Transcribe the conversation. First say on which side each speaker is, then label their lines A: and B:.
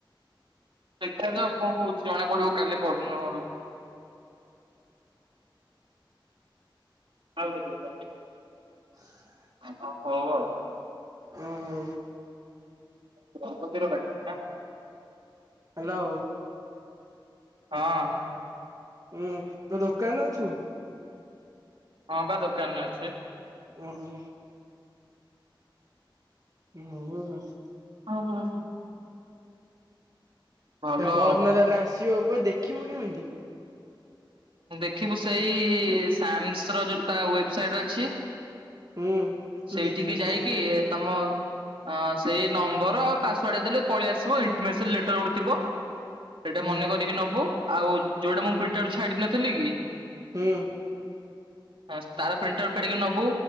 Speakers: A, on the right; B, on the right.
A: ସେଠା ତ କଣ ହଉଛି ଜଣା ପଡିବ କାଲି ପନୁ ଆଡୁ କୁ। <unintelligible>
B: <inaudible>
A: ହ ହଉ ଆ।
B: ଓହୋ।
A: <unintelligible>
B: ହ୍ୟାଲୋ।
A: ହଁ।
B: ଉଁ ତୁ ଦୋକାନରେ ଅଛୁ।
A: ହଁ ବା ଦୋକାନରେ ଅଛି।
B: ଓ ହୋ। <unintelligible>
A: ହଉ ହଉ। ଭଲ
B: ତା ପର
A: ଆଉ।
B: ଦିନ ତାହେଲେ ଆସିବ ଦେଖିବ କେମିତି?
A: ଦେଖିବୁ ସେଇ ସାମସ ର ଯୋଉଟା ୱେବସାଇଟ୍ ଅଛି।
B: ହୁଁ। ତୁ
A: ସେଇଠିକି
B: ଦେଖିବୁ ମୁଁ
A: ଯାଇକି
B: ଜାଣିପାରେ
A: ତମ ହଁ ସେଇ ନମ୍ବର ଆଉ ପାସୱାର୍ଡ ଦେଲେ ପଳେଇ ଆସିବ ଇଣ୍ଟିମେସନ୍ ଲେଟର ଗୋଟେ ଥିବ। ସେଇଟା
B: ହୁଁ
A: ମନେ କରିକି ନବୁ ଆଉ ଯୋଉଟା ମୁଁ ପ୍ରିଣ୍ଟ ଆଉଟ ଛାଡି ନଥିଲି କି
B: ହୁଁ।
A: ହଁ ତାର ପ୍ରିଣ୍ଟ ଆଉଟା ଟିକେ ନବୁ